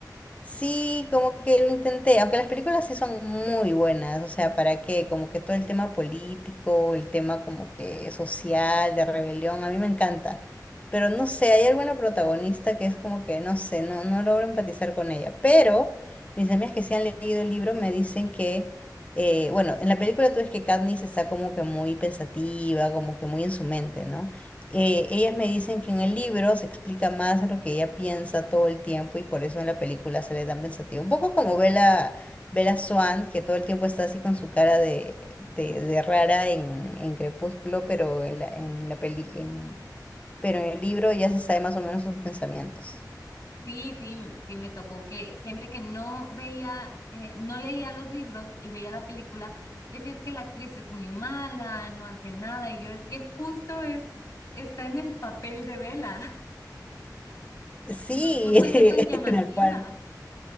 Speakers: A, on the left (about 20°); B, on the left (about 45°).
A: Sí, como que lo intenté, aunque las películas sí son muy buenas, o sea, ¿para qué? Como que todo el tema político, el tema como que social, de rebelión, a mí me encanta, pero no sé, hay alguna protagonista que es como que, no sé, no, no logro empatizar con ella, pero mis amigas que sí han leído el libro me dicen que, eh, bueno, en la película tú ves que Katniss está como que muy pensativa, como que muy en su mente, ¿no? eh, ellas me dicen que en el libro se explica más de lo que ella piensa todo el tiempo y por eso en la película sale tan pensativa. Un poco como Bella, Bella Swan, que todo el tiempo está así con su cara de, de, de rara en, en Crepúsculo, pero en la, en la peli, en- pero en el libro ya se sabe más o menos sus pensamientos.
B: Sí, sí, m- sí me tocó que gente que no veía, eh, no leía los libros y veía la película, decía es que la actriz es muy mala, no hace nada, y yo es que justo es, está en el papel de Bella. <laughs>
A: Sí,
B: No, no puede ser tan
A: <laughs>
B: llamativa.
A: tal cual.